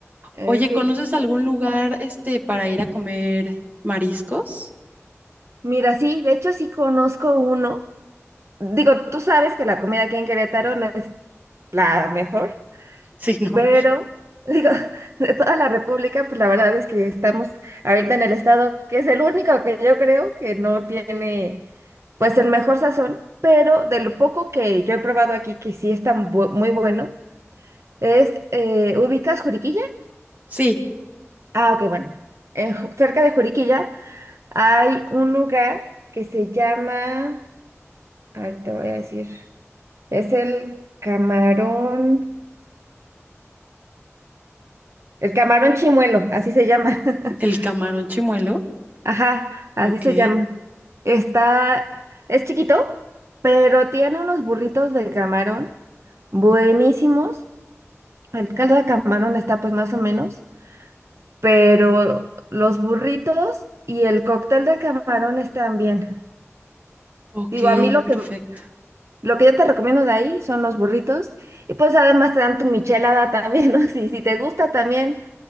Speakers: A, on the right; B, on the right.
A: Eh,
B: oye,
A: ok,
B: ¿conoces algún lugar este para ir a comer mariscos?
A: mira, sí, de hecho sí conozco uno. Digo, tú sabes que la comida aquí en Querétaro no es la mejor,
B: <laughs> Sí, no.
A: Pero, digo, <laughs> de toda la República, pues la verdad es que estamos ahorita en el estado que es el único que yo creo que no tiene, pues, el mejor sazón, pero de lo poco que yo he probado aquí, que sí está bu- muy bueno, es, eh, ¿ubicas Juriquilla?
B: Sí,
A: Ah, ok, bueno. En Ju- cerca de Juriquilla hay un lugar que se llama, ahorita te voy a decir, es el Camarón, el Camarón Chimuelo, así se llama.
B: el
A: <laughs>
B: camarón chimuelo.
A: Ajá, así
B: Ok,
A: se llama. Está, es chiquito, pero tiene unos burritos de camarón buenísimos. El caldo de camarón está pues más o menos, pero los burritos y el cóctel de camarón están bien.
B: ok,
A: Digo, a mí lo
B: perfecto.
A: que, lo que yo te recomiendo de ahí son los burritos y pues además te dan tu michelada también, <laughs> ¿no? Si, si te gusta también